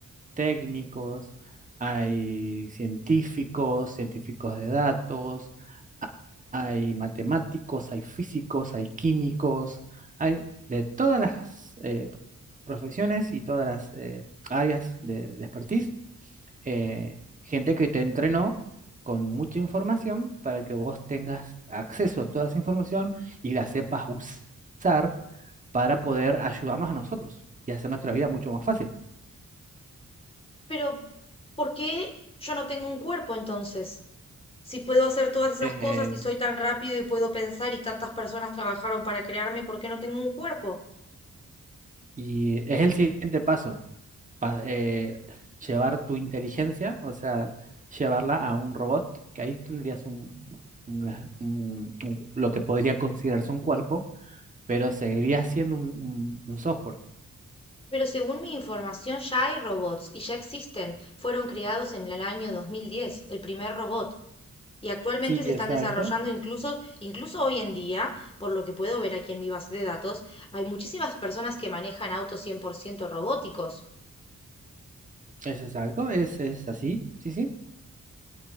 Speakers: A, on the right (about 25°); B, on the left (about 20°).
A: técnicos, hay científicos, científicos de datos, hay matemáticos, hay físicos, hay químicos, hay de todas las eh, profesiones y todas las eh, áreas de, de expertise, eh, gente que te entrenó con mucha información para que vos tengas acceso a toda esa información y la sepas usar para poder ayudarnos a nosotros y hacer nuestra vida mucho más fácil.
B: Pero, ¿por qué yo no tengo un cuerpo entonces? Si puedo hacer todas esas
A: Eh,
B: cosas y soy tan rápido y puedo pensar y tantas personas trabajaron para crearme, ¿por qué no tengo un cuerpo?
A: y es el siguiente paso, pa- eh, llevar tu inteligencia, o sea, llevarla a un robot, que ahí tendrías un, un- un- un- lo que podría considerarse un cuerpo, pero seguiría siendo un, un- un software.
B: Pero según mi información ya hay robots y ya existen. Fueron creados en el año 2010, el primer robot, y actualmente
A: Sí,
B: se
A: exacto.
B: están desarrollando incluso, incluso hoy en día, por lo que puedo ver aquí en mi base de datos, hay muchísimas personas que manejan autos 100% robóticos.
A: Es exacto, es, es así, sí, sí.